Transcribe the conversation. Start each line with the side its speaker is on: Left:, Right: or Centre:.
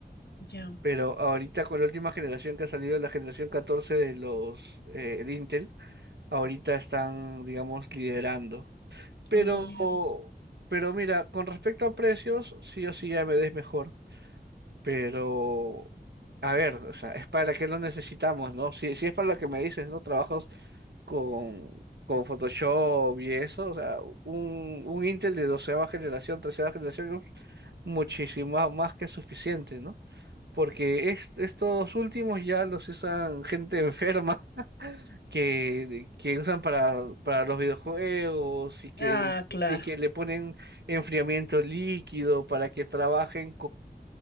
Left: ya.
Right: Pero ahorita con la última generación que ha salido, la generación 14 de los eh, de Intel, ahorita están, digamos, liderando. Pero,
Left: Ah, miremos.
Right: pero mira, con respecto a precios, sí o sí AMD es mejor. Pero, a ver, o sea, es para qué lo necesitamos, ¿no? Si, si es para lo que me dices, ¿no? Trabajos con, con Photoshop y eso, o sea, un, un Intel de doceava generación, tercera generación, es muchísimo más que suficiente, ¿no? Porque es- estos últimos ya los usan gente enferma <laughs> que, que usan para, para los videojuegos y que,
Left: Ah, claro.
Right: y que le ponen enfriamiento líquido para que trabajen